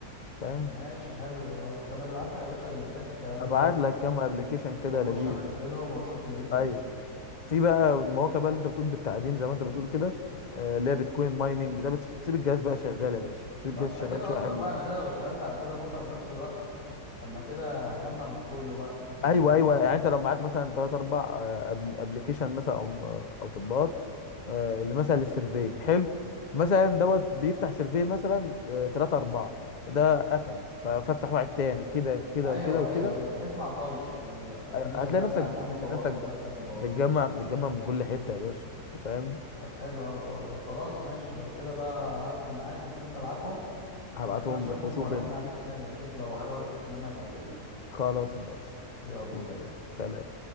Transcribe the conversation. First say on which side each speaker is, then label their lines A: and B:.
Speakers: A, on the left; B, on the left.
A: فاهم
B: ماشي حلو لو طب ما تبعت لي يا باشا لينكات الكلام
A: ابعت
B: ده
A: لك كام ابلكيشن كده
B: واخش
A: لذيذ
B: انزلهم
A: يعني
B: واشوف دنيتهم
A: ايوه
B: ايه
A: في بقى مواقع بقى اللي انت بتقول بالتعدين زي ما انت بتقول كده آه، اللي هي بيتكوين مايننج ده بتسيب الجهاز بقى شغال يا باشا تسيب
B: ما
A: الجهاز
B: انت
A: شغال
B: كده
A: شويه
B: قصدك
A: حلوين
B: بقى انا كده لو اشتغلت على كذا موقع في نفس الوقت لما كده هجمع من كله بقى يبقى
A: ايوه
B: مبلغ
A: ايوه يعني انت لو معاك مثلا ثلاث اربع ابلكيشن مثلا او او تطبيقات آه، اللي مثلا للسيرفي حلو مثلا دوت بيفتح سيرفي مثلا ثلاثة أربعة وده قفل ف- فافتح واحد تاني كده وكده
B: ايوه
A: وكده وكده
B: ايوه ايوه بحيث ما اعطلش يعني أنا اتنين
A: أيوة،
B: شغال
A: هتلاقي نفسك
B: ساعتين متواصل
A: هتلاقي نفسك
B: ثلاث ساعات متواصل
A: بتجمع بتجمع من كل حتة يا باشا انت فاهم
B: طب حلو قوي الحوار ده خلاص ماشي لو كده بقى هقفل معاك بس انت ابعتهم
A: هبعتهم
B: عشان اشوفهم
A: لك وشوف
B: وارن
A: انت
B: عليك تاني اشوف لو حاجه وقفت قدامي اكلمك
A: خلاص ماشي
B: يلا
A: ماشي
B: سلام
A: سلام